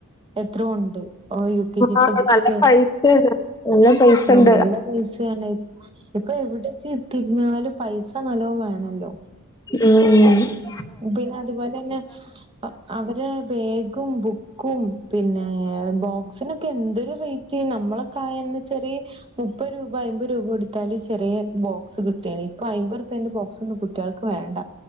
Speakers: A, on the right; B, on the left.
A: എത്രോ ഉണ്ട് ഓ യു കെ ജി
B: ആഹ്
A: ത്തെ ബുക്ക്
B: നല്ല പൈസയാണ് നല്ല പൈസ
A: ആ
B: ഉണ്ട്
A: നല്ല പൈസയാണ് ഇപ്പഎവിടിജ്ജ്‌ തിരിഞ്ഞാലും പൈസ നല്ലോം വേണല്ലോ
B: മ്
A: പിന്നെ അതുപോലെന്നെ അവരെ ബേഗും ബുക്കും പിന്നെ ബോക്സിനൊ ക്കെ എന്തൊരു റേറ്റ് നമ്മളൊക്കായന്ന് ചെറിയ മുപ്പത് രൂപ അയ്മ്പത് രൂപ എടുത്താല് ചെറേ ബോക്സ് കിട്ട് ട്ടിനി ഇപ്പൊ അയ്മ്പൊർപ്പന്റെ ബോക്സൊന്നും കിട്ട് കുട്ടേൾക്ക് വേണ്ട